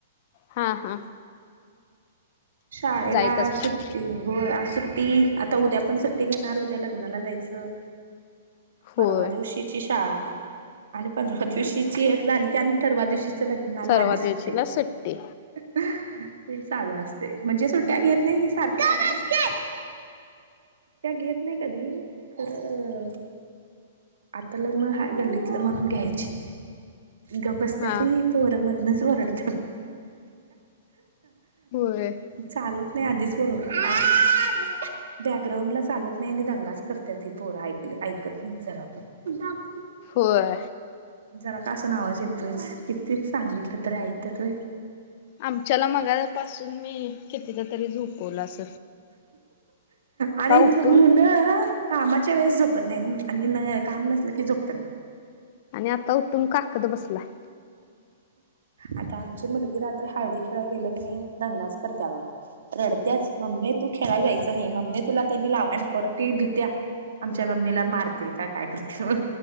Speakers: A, on the left; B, on the right.
A: हा हा.
B: शाळेला
A: जायत असते
B: सुट्टी होय. सुट्टी, आता उद्या पण सुट्टी घेणार, उद्या लग्नाला जायचं.
A: होय
B: परवा दिवशीची शाळा. आणि पंधरा दिवशीची एक झाली की आणि थरवा दिवशी लग्नाला
A: सर्व
B: आणि सुट्टी,
A: दिवशीला सुट्टी
B: ते चालू अस तय म्हणजे सुट्ट्या घेत नाही ही सारखं <unintelligible> त्या घेत नाही कधी खर अ आता लग्न हाय गल्लीतलं म्हणून घ्यायची, गंप बसत्यात
A: हा
B: वय हि पोरं मधनच वरडत्यात,
A: होय
B: चालत मी आधीच बोलवला <unintelligible> बॅकग्राऊंड ला चालत नाही, आणि दंगाच करतात हि पोरा ऐक, ऐकत नाही जरापन. <unintelligible>
A: होय.
B: जरा कसं ना आवाज येतोयच, किती सांगितलं तरी ऐकतात होय.
A: आमच्याला मगा पासून मी कितीदा तरी झोपवलं असंल.
B: आणि मुलं
A: उठून
B: कामात च्या वेळेस झोपत नाहीत आणि काम नसलं की झोपतात.
A: आणि आता उठून काकत बसलाय.
B: आता आमची मुलगी रात्र हळदी खेळायला गेली कनी नाही दंगाच करत्या बघा. रडत्याच, मम्मे तू खेळाला जायचं नाही, मम्मे तुला त्यांनी लावाय नको, ती भित्या. आमच्या मम्मीला मारतील का काय करतील मनुन.